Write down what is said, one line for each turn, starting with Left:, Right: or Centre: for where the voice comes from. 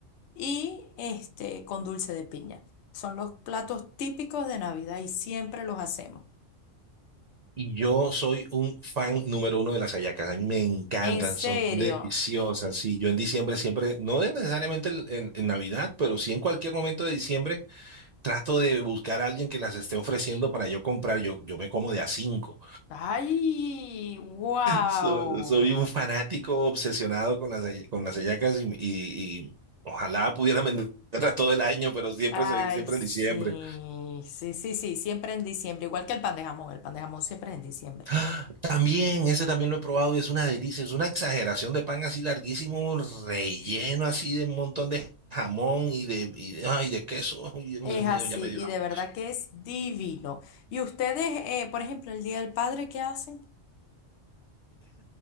Left: y este con dulce de piña. Son los platos típicos de Navidad y siempre los hacemos.
Right: Y yo soy un fan número uno de las hallacas. A mí me encantan,
Left: En serio.
Right: son deliciosas. Sí, yo en diciembre siempre, no de- necesariamente el- en, en Navidad, pero sí en cualquier momento de diciembre, trato de buscar a alguien que las esté ofreciendo para yo comprar. Yo, yo me como de a cinco.
Left: Ay, wow.
Right: So- soy un fanático obsesionado con las, hay- con las hallacas y, y- y ojalá pudiera venderlas <laughs> todo el año, pero siempre
Left: Ay,
Right: se ve que siempre
Left: sí,
Right: en diciembre.
Left: sí, sí, sí, siempre en diciembre, igual que el pan de jamón, el pan de jamón siempre es en diciembre.
Right: ¡Ah! También, ese también lo he probado y es una delicia, es una exageración de pan así larguísimo, relleno así de un montón de jamón y de, y de- ay, de queso. Ay, Dios
Left: Es así,
Right: mío, ya me dio
Left: y
Right: hambre.
Left: de verdad que es divino. ¿Y ustedes, eh, por ejemplo, el Día del Padre, qué hacen?